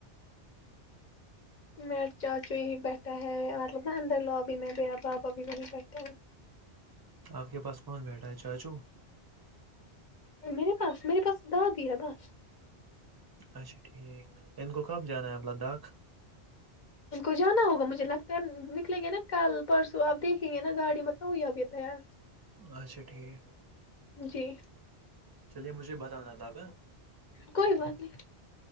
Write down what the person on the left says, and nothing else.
میرا چاچو یہیں بیٹھا ہے مطلب نا اندر لوبی میں میرا بابا بھی وہیں بیٹھا ہے
میرے پاس میرے پاس دادی ہے بس
ان کو جانا ہوگا مجھے لگتا ہے نکلیں گے نا کل پرسوں آب دیکھیں گے نا گاڑی بتاؤں ابھی یہ تیار
جی
کوئی بات نہیں